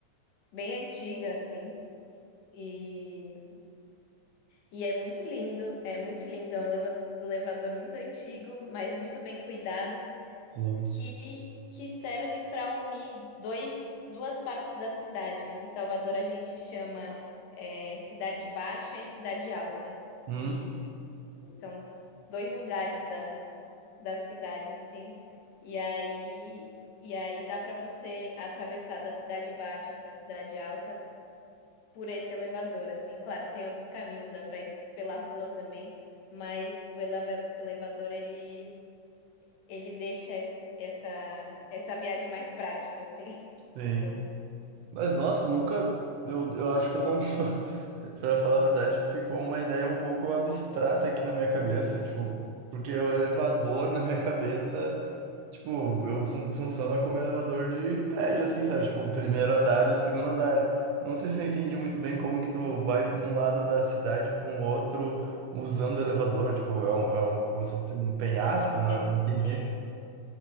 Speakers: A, on the left; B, on the right.
A: bem antiga, assim. E E é muito lindo, é muito lindo, é um eleva- elevador muito antigo, mas muito bem cuidado,
B: Sim.
A: que, que serve para unir dois, duas partes da cidade. Em Salvador a gente chama é, Cidade Baixa e Cidade Alta,
B: Hum,
A: que são dois lugares da, da cidade, assim. E aí, e aí dá para você atravessar da Cidade Baixa para a Cidade Alta por esse elevador, assim. Claro, tem outros caminhos, dá para ir pela rua também, mas o eleva- elevador ele ele deixa es- essa essa viagem mais prática, assim, <laughs>
B: sim.
A: digamos.
B: Mas nossa, nunca. Eu, eu acho que eu não. <laughs> Pra falar a verdade, ficou uma ideia um pouco abstrata aqui na minha cabeça. Tipo, porque o elevador na minha cabeça, tipo, eu fun funciona como elevador de prédio, assim, sabe? Tipo, o primeiro andar e o segundo andar. Não sei se eu entendi muito bem como que tu vai de um lado da cidade para um outro usando o elevador. Tipo, é um, é um, como se fosse um penhasco, né?
A: É porque
B: Não entendi.